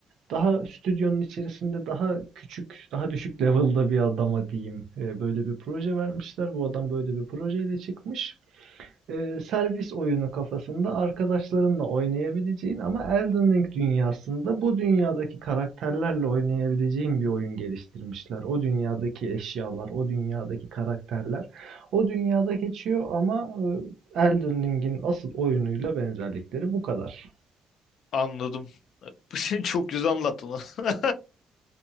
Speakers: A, on the right; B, on the left.
A: daha stüdyonun içerisinde daha küçük, daha düşük level'da bir adama diyeyim. eee, böyle bir proje vermişler. Bu adam böyle bir projeyle çıkmış. e, servis oyunu kafasında arkadaşlarınla oynayabileceğin ama Elden Ring dünyasında bu dünyadaki karakterlerle oynayabileceğin bir oyun geliştirmişler. O dünyadaki eşyalar, o dünyadaki karakterler o dünyada geçiyor ama e, Elden Ring'in asıl oyunuyla benzerlikleri bu kadar.
B: Anladım. <laughs> Çok güzel anlattın lan. <laughs>